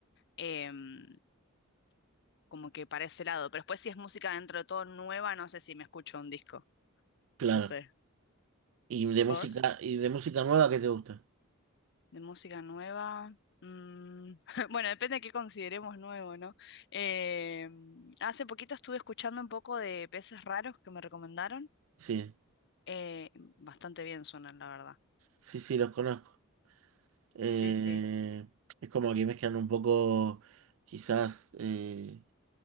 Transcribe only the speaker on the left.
em, como que para ese lado, pero después si es música dentro de todo nueva, no sé si me escucho un disco,
no sé.
¿Vos?
de música nueva. mm, <laughs> bueno, depende de qué consideremos nuevo, ¿no? Eh, hace poquito estuve escuchando un poco de Peces Raros que me recomendaron.
eh, bastante bien suenan, la verdad.
Sí, sí.